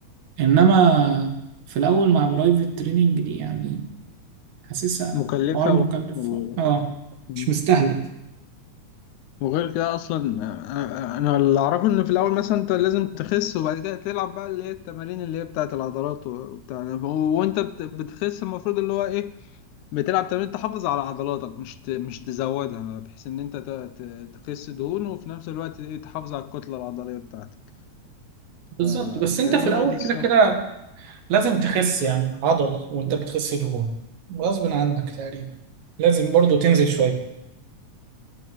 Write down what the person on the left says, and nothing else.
مكلفة
و... و...
مم.
وغير كده اصلا آه، آه، انا اللي اعرفه ان في الاول مثلا انت لازم تخس وبعد كده تلعب بقى اللي هي التمارين اللي هي بتاعه العضلات وبتاع ده. و- وانت بت- بتخس المفروض اللي هو ايه بتلعب تمارين تحافظ على عضلاتك مش ت- مش تزودها بحيث ان انت ت- ت- تخس دهون وفي نفس الوقت ايه تحافظ على الكتله العضليه بتاعتك فتقريبا
هو ده
الصح